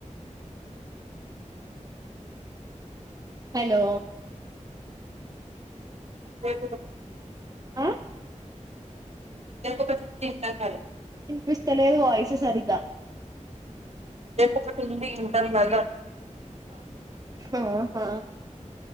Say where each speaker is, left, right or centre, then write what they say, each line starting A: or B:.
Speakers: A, on the right; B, on the right.
A: హలో.
B: రేపు
A: ఆ
B: <inaudible>
A: ఇన్పిస్తలేదు వాయిస్ సరిగా.
B: ఒకటి ఉంది ఇంటర్ వాలా.
A: ఆహా ఆహ్.